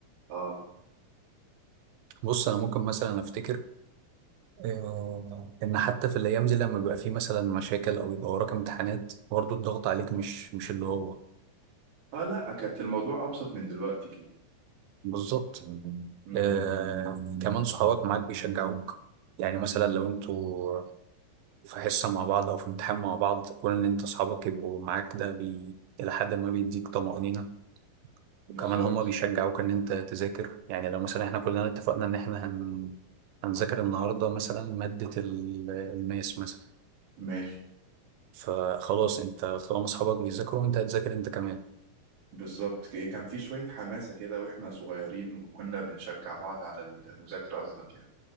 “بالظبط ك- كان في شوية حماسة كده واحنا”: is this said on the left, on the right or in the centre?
Right